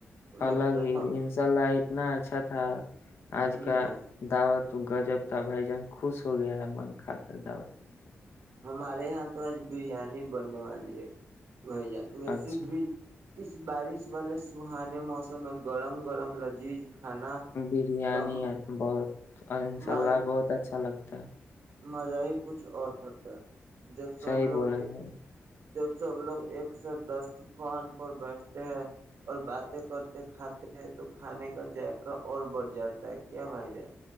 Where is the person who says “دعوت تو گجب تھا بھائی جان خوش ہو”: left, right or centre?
Left